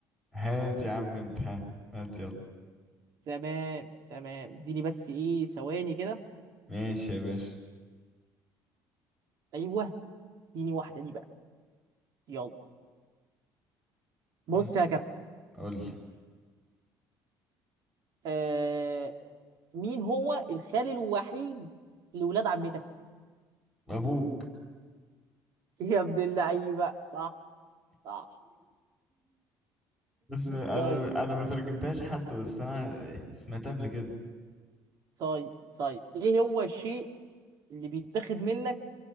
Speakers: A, in the centre; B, on the right.
A: هات يا عم انت ها هات يلا
B: تمام تمام اديني بس ايه ثواني كده
A: ماشي يا باشا
B: ايوه اديني واحده دي بقى يلا بص
A: مم.
B: يا كابتن
A: قول لي
B: آه... مين هو الخال الوحيد لولاد عمتك <laughs>
A: ابوك <laughs>
B: يا ابن اللعيبه صح صح
A: بس انا
B: طيب
A: انا ما ترجمتهاش حتى بس انا سمعتها قبل كده
B: طيب طيب ايه هو الشيء اللي بيتاخد منك